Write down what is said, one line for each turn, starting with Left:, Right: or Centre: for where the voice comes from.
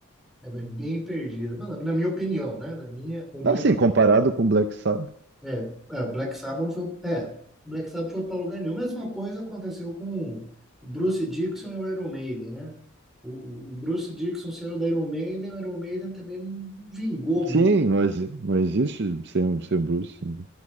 Centre: é bem perdida. Na na minha opinião, né? Na minha humilde
Right: Assim, comparado com Black Sabbath.
Centre: É, é, Black Sabbath não foi. É, Black Sabbath foi para lugar nenhum. Mesma coisa aconteceu com o Bruce Dickinson e o Iron Maiden, né? O, o- Bruce Dickinson saiu da Iron Maiden, o Iron Maiden também não vingou
Right: Sim,
Centre: muito.
Right: não, exi- não existe sem, sem o Bruce. né?